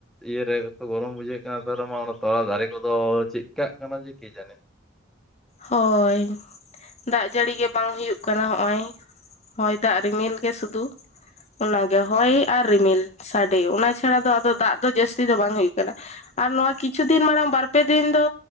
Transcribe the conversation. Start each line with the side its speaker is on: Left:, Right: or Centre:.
Centre: ᱤᱭᱟᱹᱨᱮ, ᱮᱛᱚ ᱜᱚᱨᱚᱢ ᱵᱩᱡᱷᱟᱹᱜ ᱠᱟᱱᱟ <unintelligible> ᱨᱮ ᱢᱟ ᱚᱱᱟ ᱛᱚᱞᱟ ᱫᱟᱨᱮ ᱠᱚ ᱫᱚ ᱪᱮᱫ ᱪᱤᱠᱟᱜ ᱠᱟᱱᱟ ᱡᱮ ᱠᱮ ᱡᱟᱱᱮ ᱾
Left: ᱦᱳᱭ ᱾ ᱫᱟᱜ ᱡᱟᱹᱲᱤ ᱜᱮ ᱵᱟᱝ ᱦᱩᱭᱩᱜ ᱠᱟᱱᱟ ᱦᱚᱜᱼᱚᱭ ᱦᱚᱭ, ᱫᱟᱜ, ᱨᱤᱢᱤᱞ ᱜᱮ ᱥᱩᱫᱩ ᱾ ᱚᱱᱟ ᱜᱮ ᱦᱚᱭ ᱟᱨ ᱨᱤᱢᱤᱞ ᱥᱟᱰᱮ ᱚᱱᱟ ᱪᱷᱟᱲᱟ ᱫᱚ ᱟᱫᱚ ᱫᱟᱜ ᱫᱚ ᱡᱟᱹᱥᱛᱤ ᱫᱚ ᱵᱟᱝ ᱦᱩᱭᱩᱜ ᱠᱟᱱᱟ ᱾ ᱟᱨ ᱱᱚᱣᱟ ᱠᱤᱪᱷᱩ ᱫᱤᱱ ᱢᱟᱲᱟᱝ ᱵᱟᱨ ᱯᱮ ᱫᱤᱱ ᱫᱚ